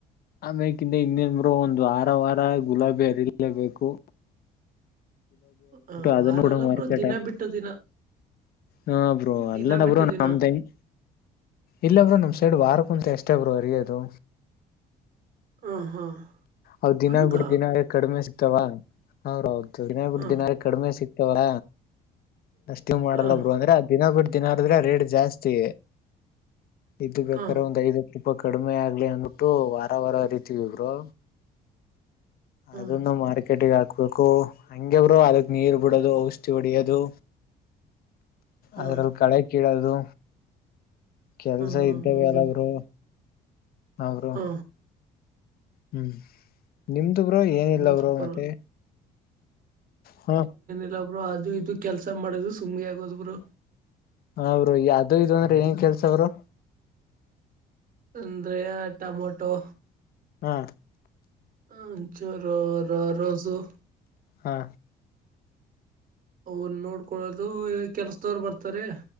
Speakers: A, on the left (about 65°); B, on the right (about 55°).
A: ಆಮ್ಯೇಕಿಂತ ಇನ್ನೆನ ಗುರು ಒಂದು ವಾರ ವಾರ ಗುಲಾಬಿ ಹರಿಲೇಬೇಕು
B: ಹ
A: ಅದನ್ನು
B: ವಾರಲ್ಲ
A: ಕೂಡ ಮಾರ್ಕೆಟ್
B: ಬ್ರು ದಿನ
A: ಹಾಕ್
B: ಬಿಟ್ಟು ದಿನಾ
A: ಹಾ ಬ್ರೋ
B: ದಿನಾ
A: ಅಲ್ಲನ
B: ಬಿಟ್ಟು
A: ಬ್ರೋ ನಮ್ದ
B: ದಿನಾ
A: ಹೆಂಗ್ ಇಲ್ಲ ಬ್ರೋ ನಮ್ಮ್ ಸೈಡ್ ವಾರ ಕುಂತ ಅಷ್ಟೇ ಬೋರ ಹರಿಯೋದು
B: ಹ ಹಾ
A: ಅವ್ ದಿನಾ
B: ಹಂಗ
A: ಬಿಟ್ಟ ದಿನಾರ ಕಡಿಮೆ ಸಿಗ್ತಾವದು ದಿನ ಬಿ
B: ಹಾ
A: ದಿನಾ ಕಡಿಮೆ ಸಿಕ್ತವ್ರ ಅಷ್ಟು ಮಾಡಲ್ಲ
B: ಹಾ
A: ಬ್ರೋ ಅಂದ್ರೆ ದಿನ ಬಿಟ್ಟ ದಿನಾರ್ರೆ ರೇಟ್ ಜಾಸ್ತಿ ಇದು ಬೇಕಾದ್ರೆ
B: ಹಾ
A: ಒಂದ್ ಐದತ್ತುಾಯ <unintelligible> ತಪ್ಪ ಕಡಿಮೆ ಆಗ್ಲಿ ಅಂದ್ಬಿಟ್ಟು ವಾರ ವಾರ ಹರಿತೀವಿ ಬ್ರೋ
B: ಹಾ ಹಾ
A: ಅದನ್ನು ಮಾರ್ಕೆಟಗ್ ಹಾಕ್ಬೇಕು ಹಂಗೆ ಬ್ರೋರು ಅದಕ್ ನೀರ್ ಬಿಡೋದು ಔಷಧಿ <unintelligible> ಹೊಡಿಯೋದು
B: ಹಾ
A: ಅದ್ರಲ್ಲಿ ಕಳೆ ಕೀಳದು ಕೆಲ್ಸ
B: ಹಾ
A: ಇದ್ದಾವ
B: ಹೌದ
A: ಎಲ್ಲವಲ ಬ್ರೋ ಅವರು
B: ಹಾ
A: ಹ್ಮ್ ನಿಮ್ದು ಬ್ರೋ ಏನಿಲ್ಲ
B: ಹಂಗಾದ್ರ
A: ಬ್ರು
B: ಪರ್
A: ಮತ್ತೆ ಹಾ
B: ಇಲ್ಲಬ್ರು ಅದು ಇದು ಕೆಲ್ಸ ಮಾಡುದು ಸುಮ್ಮನೆ ಆಗೋದ ಬ್ರು
A: ಹಾ ಬ್ರೋ ಅದು ಇದು ಅಂದ್ರೆ ಏನ್ ಕೆಲ್ಸ ಬ್ರೋ
B: ಅಂದ್ರೆ ಟೊಮೊಟೊ
A: ಹಾ
B: ಒಂದು ಚೂರು ರೋಜು
A: ಹಾ
B: ಅವ್ರು ನೋಡ್ಕೊಳ್ಳದು ಕೆಲ್ಸದವರ ಬರ್ತಾರೆ